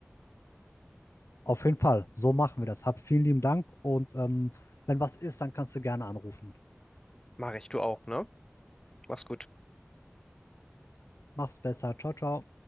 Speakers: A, on the left; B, on the left.
A: Auf jeden Fall, so machen wir das. Hab vielen lieben Dank und ähm, wenn was ist, dann kannst du gerne anrufen.
B: Mach ich, du auch, ne? Mach's gut.
A: Mach's besser. Ciao, ciao.